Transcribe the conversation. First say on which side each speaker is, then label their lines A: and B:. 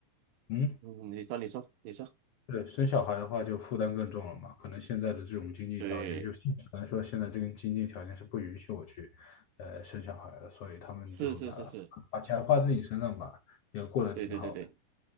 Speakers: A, on the left; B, on the right.
A: 嗯，
B: 嗯，你找你说，你说，
A: 对，生小孩的话就负担更重了嘛。可能现在的这种经济条件，
B: 对，
A: 就现实来说，现在这个经济条件是不允许我去，呃，生小孩的，所以他们就拿
B: 是是是是，
A: 把钱花自己身上吧，也过得挺好的。
B: 对对对对。